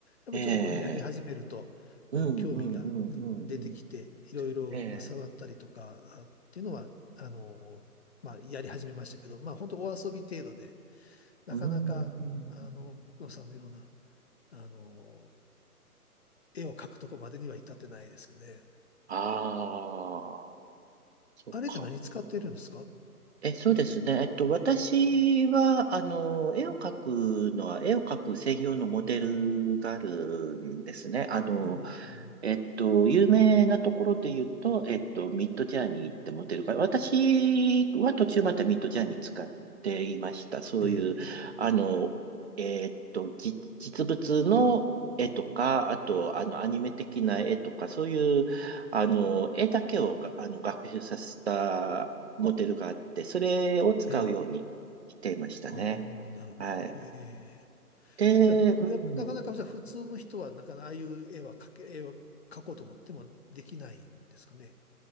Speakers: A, on the left (about 45°); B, on the right (about 45°).
A: ぱりちょっとこういうのやり始めると、
B: ええ、うん、
A: うん、興味がうん出てきて、
B: うん、うん、うん。うん
A: いろいろ、
B: ええ
A: まあ、触ったりとかあっていうのは、あの、まあ、やり始めましたけど、まあ、本当お遊び程度で、なかなか、
B: うーん。
A: あの、奥野さんのような、あの、絵を描くとこまでには至ってないですね。
B: ああ、そっか。
A: あれって何使ってるんですか
B: え、そうですね。えっと、私は、あの、絵を描くのは、絵を描く専用のモデルがあるんですね。あの、
A: うん、
B: えっと、有名なところで言うと、えっと、ミッドジャーニーってモデルが、私は途中までミッドジャーニー使っていました。そういう、
A: え
B: あの、えっと、じ実物の絵とか、あと、あの、アニメ的な絵とか、そういう、あの、絵だけをかあの、学習させたモデルがあって、それを使うようにしていましたね。
A: え、ええ、ああ、なるほど。
B: はい。
A: ええ
B: で、
A: じゃあ、
B: うん。
A: やっぱなかなかじゃあ普通の人はなかなかああいう絵は描け、絵は描こうと思ってもできないんですかね。